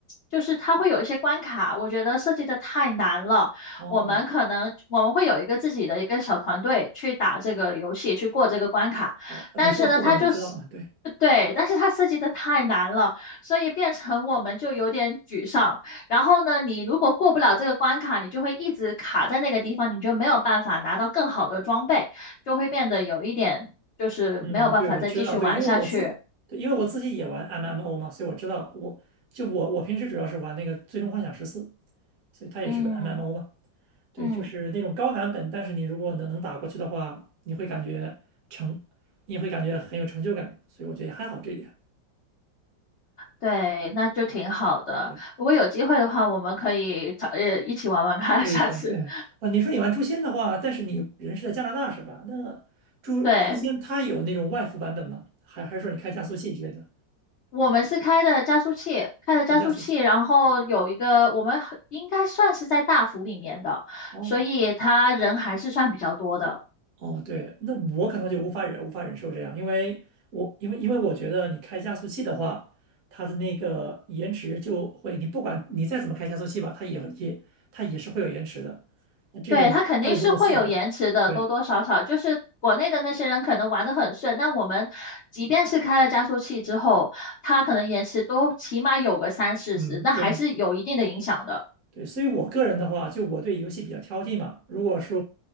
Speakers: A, on the left; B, on the right.
A: 就是它会有一些关卡，我觉得设计的太难了。
B: 哦
A: 我们可能我们会有一个自己的一个小团队去打这个游戏，去过这个关卡，
B: 哦，
A: 但是呢，
B: 你说副本我知道啊，
A: 它就是。
B: 对，
A: 对，但是它设计的太难了，所以变成我们就有点沮丧。然后呢，你如果过不了这个关卡，你就会一直卡在那个地方，你就没有办法拿到更好的装备。就会变得有一点就是没有办法再继续玩下去。
B: 嗯，嗯对，我知道，对，因为我自，对，因为我自己也玩 MMO 嘛，所以我知道我，就我我平时主要是玩那个《最终幻想十四》，所以它也是个
A: 嗯
B: MMO 嘛，对，
A: 嗯，
B: 就是那种高难本，但是你如果能能打过去的话，你会感觉成，你也会感觉很有成就感，所以我觉得也还好这一点，
A: 对，那就挺好的。
B: 对，
A: 如果有机会的话，我们可以找呃一起玩玩看，
B: 可以是吧？
A: <laughs> 下次。
B: 对，哦，你说你玩《诛仙》的话，但是你人是在加拿大是吧？那诛诛仙它有那种外服版本吗？
A: 对，
B: 还还是说你开加速器之类的，
A: 我们是开的加速器，开的加速器，
B: 开加速器？
A: 然后有一个我们很应该算是在大服里面的，
B: 哦。
A: 所以他人还是算比较多的。
B: 哦，对，那我可能就无法忍无法忍受这样，因为我因为因为我觉得你开加速器的话，它的那个延迟就会，你不管你再怎么开加速器吧，它也会也它也是会有延迟的。那这种它就不够丝滑。
A: 对，它肯定是会有延迟的，
B: 对，
A: 多多少少。就是国内的那些人可能玩得很顺，但我们即便是开了加速器之后，它可能延迟都起码有个三四十，
B: 嗯，
A: 那还是有一定的影响的。
B: 对对，所以我个人的话，就我对游戏比较挑剔嘛。如果是